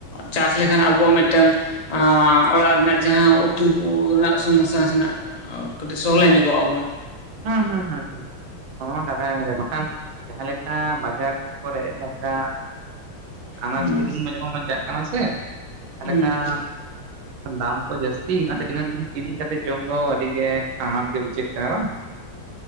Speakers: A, on the left; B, on the right.
A: ᱪᱟᱥ ᱞᱮᱠᱷᱟᱱ ᱟᱵᱚ ᱢᱤᱫ ᱴᱟᱝᱼᱼ ᱟᱸᱻ ᱚᱲᱟᱜ ᱨᱮᱱᱟᱜ ᱡᱟᱦᱟᱸ ᱩᱛᱩ ᱠᱩ ᱨᱮᱱᱟᱜ ᱥᱚᱢᱚᱥᱥᱟ ᱱᱟᱥᱮᱱᱟᱜ ᱚᱸ ᱠᱟᱹᱴᱤᱡ ᱥᱚᱦᱞᱮ ᱧᱚᱜᱚᱜ ᱟᱵᱚᱱ
B: ᱦᱮᱸᱼᱦᱮᱸᱼᱦᱮᱸᱼᱦᱮᱸ ᱚᱱᱟ ᱢᱟ ᱠᱟᱛᱷᱟ ᱠᱟᱱ ᱜᱮᱭᱟ ᱵᱟᱠᱷᱟᱱ ᱡᱟᱦᱟᱸ ᱞᱮᱠᱟ ᱵᱟᱡᱟᱨ ᱠᱚᱨᱮ ᱡᱟᱦᱟᱸ ᱞᱮᱠᱟᱼᱼ ᱟᱱᱟᱪ
A: ᱦᱩᱸ
B: ᱠᱤᱨᱤᱧ ᱡᱚᱠᱷᱚᱱ ᱵᱚᱱ ᱪᱟᱞᱟᱜ ᱠᱟᱱᱟ ᱥᱮ ᱠᱟᱱᱟ ᱥᱮ ᱛᱟᱦᱞᱮ
A: ᱦᱩᱸ
B: ᱠᱷᱟᱱ ᱫᱟᱢ ᱠᱚ ᱡᱟᱹᱥᱛᱤ ᱜᱟᱱ ᱫᱤᱱᱟᱹᱢ ᱫᱤᱱ ᱠᱤᱨᱤᱧ ᱠᱟᱛᱮᱜ ᱡᱚᱢ ᱫᱚ ᱟᱹᱰᱤ ᱜᱮ ᱟᱱᱟᱴ ᱜᱮ ᱵᱩᱡᱷᱟᱹᱜ ᱠᱟᱱᱟ ᱵᱟᱝᱼᱼ